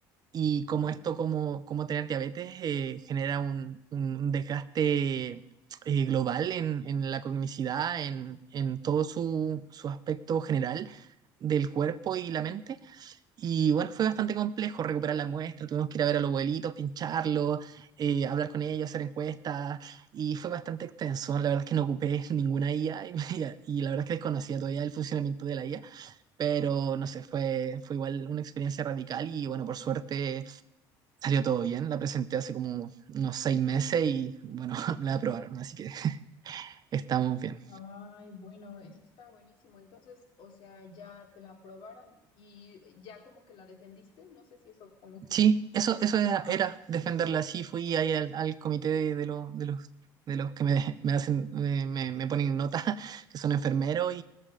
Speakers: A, on the right; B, on the left.
A: y como
B: Ujú.
A: esto, como, como tener diabetes, eh, genera un, un desgaste eh, global en, en la cognicidad, en, en todo su, su aspecto general del cuerpo y la mente. Y bueno, fue bastante complejo recuperar la muestra, tuvimos que ir a ver a los abuelitos, pincharlos, eh, hablar con ellos, hacer encuestas, y fue bastante extenso. La verdad es que no ocupé <laughs> ninguna IA y, me- y la verdad es que desconocía todavía el funcionamiento de la IA, pero no sé, fue, fue igual una experiencia radical y bueno, por suerte Salió todo bien, la presenté hace como unos seis meses y bueno, <laughs> la aprobaron, así que estamos bien.
B: Ay, bueno, eso está buenísimo. Entonces, o sea, ya te la aprobaron y ya como que la defendiste. No sé si eso como que...
A: Sí, eso, eso era,
B: Ajá.
A: era defenderla así, fui ahí al, al comité de, de, lo- de los de los que me, <laughs> me hacen, me, me- me ponen nota, <laughs> que son enfermeros,